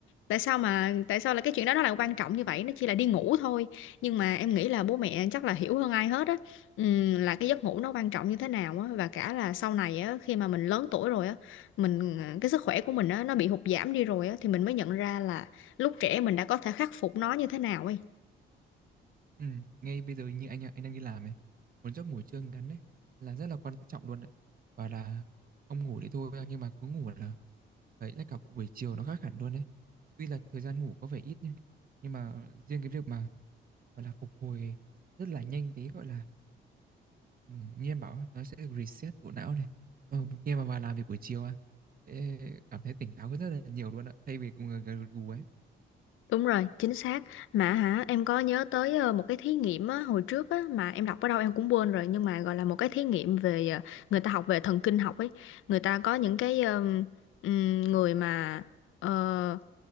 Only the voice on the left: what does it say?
tại sao mà tại sao là cái chuyện đó nó lại quan trọng như vậy nó chỉ là đi ngủ thôi nhưng mà em nghĩ là bố mẹ chắc là hiểu hơn ai hết á Ừm, là cái giấc ngủ nó quan trọng như thế nào á và cả là sau này á khi mà mình lớn tuổi rồi á mình cái sức khỏe của mình á nó bị hụt giảm đi rồi á thì mình mới nhận ra là lúc trẻ mình đã có thể khắc phục nó như thế nào ấy
Đúng rồi, chính xác. Mà hả, em có nhớ tới ờ, một cái thí nghiệm á, hồi trước á, mà em đọc ở đâu em cũng quên rồi, nhưng mà gọi là một cái thí nghiệm về ờ, người ta học về thần kinh học ấy. Người ta có những cái ờm, ừm, người mà ờ,